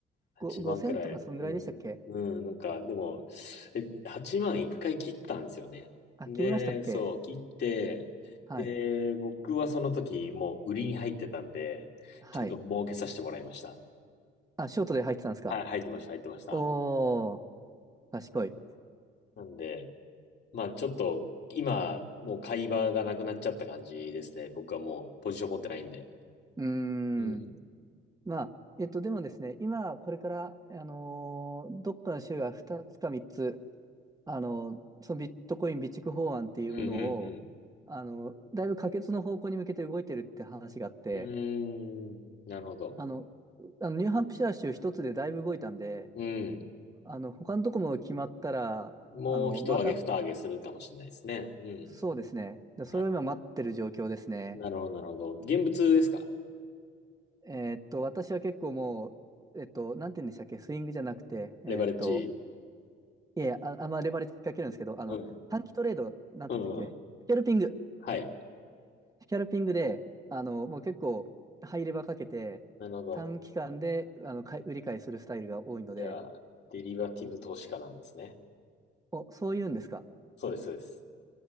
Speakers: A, on the left; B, on the right.
A: 8万くらい。
B: 5、千とかそんぐらいでしたっけ
A: うん。うん。なんか、でも、え、8万1回切ったんですよね。
B: あ、
A: で、
B: 切りましたっけ
A: そう、切って、
B: はい。
A: で、僕はその時、もう売りに入ってたんで、
B: はい。
A: ちょっと儲けさせてもらいました。
B: あ、ショートで入ってたんですか
A: はい、入ってました、入ってました。
B: おー、賢い。
A: なんで、まあちょっと、今、もう買い場がなくなっちゃった感じですね。僕はもうポジション持ってないんで。
B: うー
A: うん。
B: ん。まあ、えっと、でもですね、今、これから、あのーどっかの州が2つか3つ、あのーそのビットコイン備蓄法案っていうものを、
A: うんうん
B: あのーだいぶ可決の方向に向けて動いてるって話があって、
A: うん。うーん。なるほど。
B: あの、あのニューハンプシャー州一つでだいぶ動いたんで、
A: うん。
B: あの、他のとこも決まったら、
A: もう一上げ二上げするかもしれないですね。
B: あの、また、
A: うん。
B: そうですね。で、
A: なるほど。
B: それを今待ってる状況ですね。
A: なるほど、なるほど。現物ですか
B: えーっと、私は結構もう、えっと、なんて言うんでしたっけ、スイングじゃなくて、
A: レバレッジ。
B: えーっと、いやいや、あ、あんまレバレッジかけるんですけど、あの、
A: うん。
B: 短期トレード、なんて言うんだっけ、
A: うん、うん。
B: スキャルピング。
A: はい。
B: スキャルピングで、あの、もう結構、ハイレバーかけて、
A: なるほど。
B: 短期間で、あの、買い売り買いするスタイルが多いので、
A: じゃあ、デリバティブ投資家なんですね。
B: お、そういうんですか。
A: そうです、そうです。